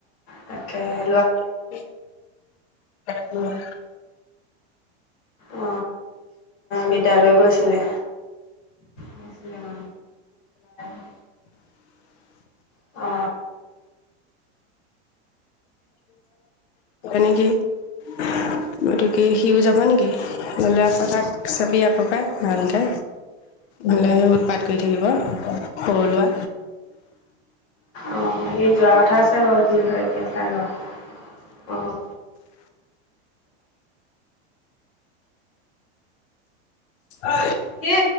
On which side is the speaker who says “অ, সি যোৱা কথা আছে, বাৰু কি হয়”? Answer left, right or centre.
Left